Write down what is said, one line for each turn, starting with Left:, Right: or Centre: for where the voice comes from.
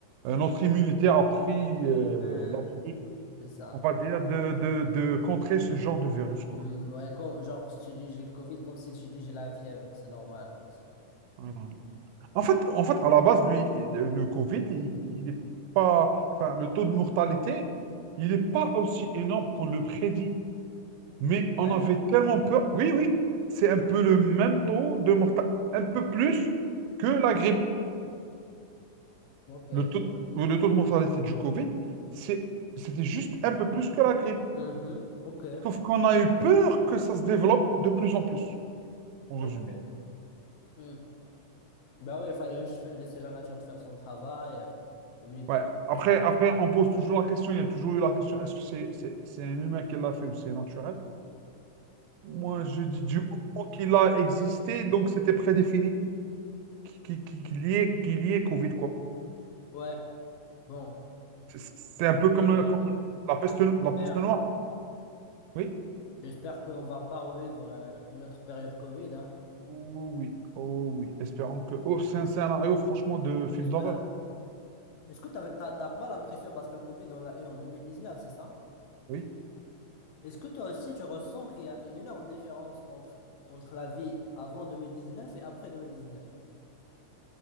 Right: Euh, notre immunité a pris, euh,
Left: Ah,
Right: l'a pris,
Left: C'est ça.
Right: on va dire, de, de, de contrer ce genre de virus, quoi.
Left: Hmm, ouais, comme, genre, si tu dis j'ai le Covid, comme si tu dis j'ai la fièvre, c'est normal, quoi. C'est...
Right: Voilà. En fait, en fait, à la base, lui, le, le Covid, il, il est pas, enfin, le taux de mortalité, il n'est pas aussi énorme qu'on le prédit. Mais on
Left: ouais.
Right: avait tellement peur. Oui, oui, c'est un peu le même taux de mortalité, un peu plus que la grippe.
Left: Ok.
Right: Le taux, le taux de mortalité du Covid, c'est, c'était juste un peu plus que la grippe.
Left: Mhm. Ok.
Right: Sauf qu'on a eu peur que ça se développe de plus en plus, quoi, en
Left: Ok.
Right: résumé.
Left: Hmm. Bah ouais, il fallait juste fa- laisser la nature faire son travail, euh, immunité
Right: Ouais.
Left: collective.
Right: Après, après, on pose toujours la question, il y a toujours eu la question, est-ce que c'est c'est- c'est un humain qui l'a fait ou c'est naturel? Moi, je dis du moment qu'il a existé, donc c'était prédéfini qu'il qu'il- qu'il y ait, qu'il y ait Covid, quoi.
Left: Ouais, bon.
Right: C'est c'est- c'est un peu comme,
Left: Euh,
Right: comme la peste,
Left: J'espère,
Right: la peste noire. Oui?
Left: j'espère qu'on va pas revivre euh, une autre période Covid, hein.
Right: Oh oui, oh oui. Espérons que... Oh, c'est un scénario, franchement, de film
Left: Est-ce
Right: d'horreur.
Left: que Est-ce que t'avais- t'as t'as pas l'impression, parce que le Covid, on l'a eu en deux mille dix-neuf c'est ça?
Right: Oui.
Left: Est-ce que toi aussi, tu ressens qu'il y a une énorme différence entre, entre la vie avant 2019 et après 2019?